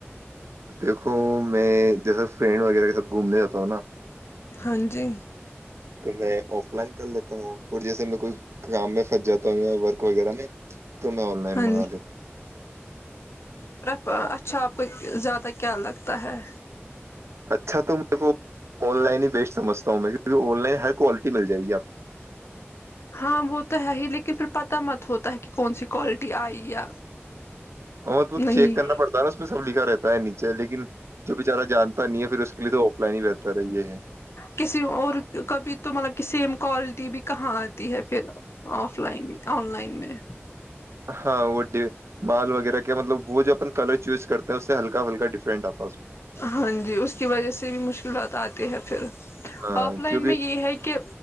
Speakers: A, on the right; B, on the left.
A: دیکھو میں جیسے فرینڈ وغیرہ کے ساتھ گھومنے جاتا ہوں نا
B: ہاں جی
A: تو میں آف لائن کر لیتا ہوں جیسے میں کوئی کام میں پھنس جاتا ہوں یا ورک وغیرہ میں تو میں آن لائن
B: ہاں
A: مگا دی
B: ف اچھا آپ کو زیادہ کیا لگتا ہے
A: اچھا تو م کو آن لائن ہی بیچ سمجھتا ہوں میں کی آن لائ ہر کوالٹی مل جائے گی آپ کو
B: ہاں وہ تو ہے ہی لیکن پھر پتا مت ہوتا ہے کہ کون سی کوالٹی آئی یا
A: اور تو
B: نہیں
A: چیک کرنا پڑتا ہے نا اس پ لکھ رہ ہے نیچے لیکن جو بچارا جانتا نہیں ہے پھر اس کے لیے تو آف لائن ہی بہتا رہ یہ ہے
B: کسی اور کبھی تو مطلب کہ سیم کوالٹی بھی کہاں آتی ہے پھر آف لائن آن لائن میں
A: ہاں وہڈو مال وغیرہ کیا مطلب وہ جو اپ کلر چوز کرتے ہیں اسے ہلکا ہلکا ڈفرنٹ آپ
B: ہاں جی اس کی وجہ سے بھی مشکلات آتی ہے پھر
A: میں ہاں
B: آف لائن
A: کیونکہ
B: میں یہ ہے کہ